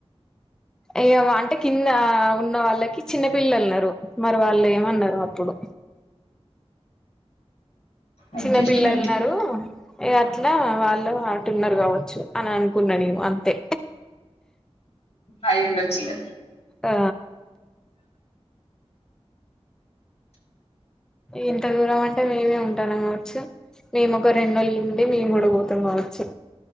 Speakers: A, in the centre; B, on the left.
A: ఏమ అంటే కింద ఉన్న వాళ్ళకి చిన్న పిల్లన్నారు మరి వాళ్ళు ఏమన్నారు అప్పుడు
B: అడ్జస్ట్మెంట్
A: చిన్న పిల్లలున్నారు ఇ అట్లా వాళ్ళు అటు ఉన్నారు కావచ్చు అని అనుకున్నా నేను అంతే
B: అయి ఉండొచ్చు ఇగ
A: ఆ ఇంత దూరం అంటే మేమే ఉంటం కావచ్చు మేము ఒక రెండు రోజులు ఈడ ఉండి మేము కూడా పోతాం కావచ్చు